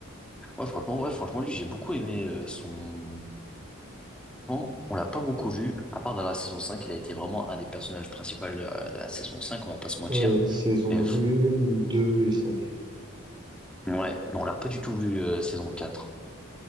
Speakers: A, in the centre; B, on the right.
A: Ouais, franchement, ouais, franchement, lui, j'ai beaucoup aimé euh, son... Bon, on l'a pas beaucoup vu, à part dans la saison 5 il a été vraiment un des personnages principaux de, la de la saison cinq on va pas se mentir.
B: Ouais, saison
A: Mais f-
B: 1, 2 et 5.
A: ouais, non, on l'a pas du tout vu euh, saison quatre